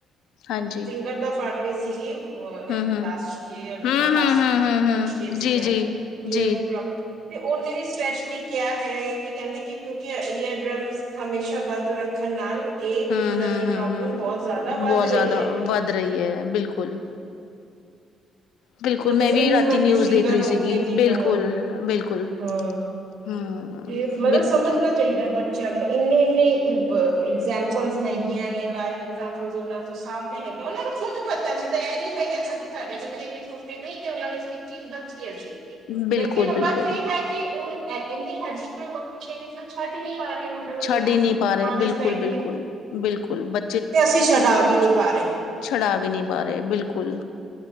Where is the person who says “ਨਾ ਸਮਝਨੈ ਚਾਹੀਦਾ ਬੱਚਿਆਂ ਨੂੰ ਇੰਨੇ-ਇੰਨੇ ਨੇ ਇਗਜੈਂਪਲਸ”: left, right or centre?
Right